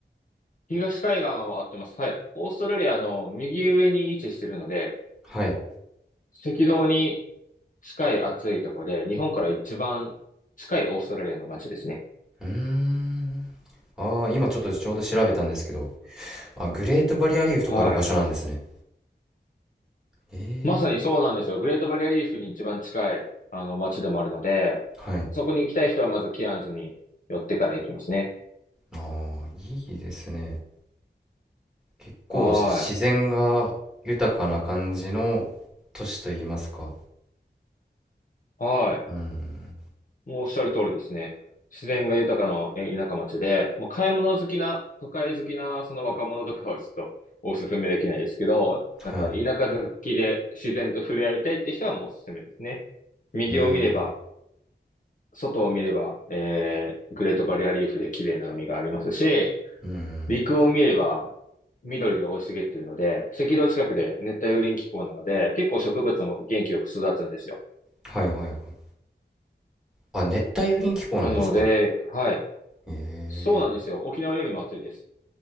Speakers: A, on the left (about 45°); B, in the centre.
A: 東海岸は合ってます。はい。オーストラリアの右上に位置してるので、
B: はい。
A: 赤道に近い暑いとこで、日本から一番近いオーストラリアの街ですね。
B: うーん。ああ、今ちょっとちょうど調べたんですけど、あ、グレートバリアリーフとかある場所なんですね。
A: はい。
B: ええ。
A: まさにそうなんですよ。グレートバリアリーフに一番近い、あの、街でもあるので、
B: はい。
A: そこに行きたい人はまずキアンズに寄ってから行きますね。
B: ああ、いいですね。結構し自然が豊かな感じの
A: は
B: 都市といいますか。
A: い。はい。
B: うん。
A: もうおっしゃる通りですね。自然が豊かなえー田舎町で、まあ買い物好きな、都会好きなその若者とかはちょっとお勧めできないですけど、
B: はい。
A: なんか田舎好きで自然と触れ合いたいって人はもうおすすめですね。右を見れば、
B: うん。
A: 外を見れば、えー、グレートバリアリーフで綺麗な海がありますし、
B: うん。
A: 陸を見れば緑で大い茂っているので、赤道近くで熱帯雨林気候なので、結構植物も元気よく育つんですよ。
B: はいはいはい。あ、熱帯雨林気候なんですか。
A: なので、はい。
B: へえ。
A: そうなんですよ。沖縄よりも暑いです。